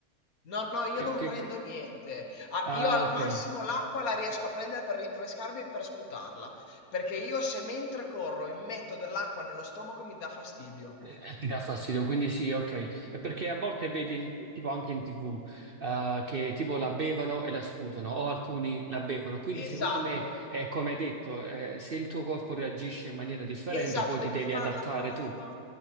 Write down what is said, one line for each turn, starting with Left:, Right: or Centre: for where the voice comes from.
Left: No, no, io
Right: Che-
Left: non
Right: che-
Left: prendo
Right: che-
Left: niente. Ah,
Right: Ah,
Left: io al
Right: ok,
Left: massimo l'acqua la riesco a prendere per rinfrescarmi e per sputarla. Perché io se mentre corro mi metto dell'acqua nello stomaco mi dà fastidio.
Right: Eh, ti dà fastidio, quindi sì, ok. È perché a volte vedi, tipo anche in TV, eh, che tipo la bevono e la sputano, o alcuni la bevono. Quindi secondo
Left: Esatto.
Right: me, eh, come hai detto, eh, se il tuo corpo reagisce in maniera differente,
Left: Esatto,
Right: poi
Left: devi
Right: ti devi
Left: far
Right: adattare
Left: la prova
Right: tu.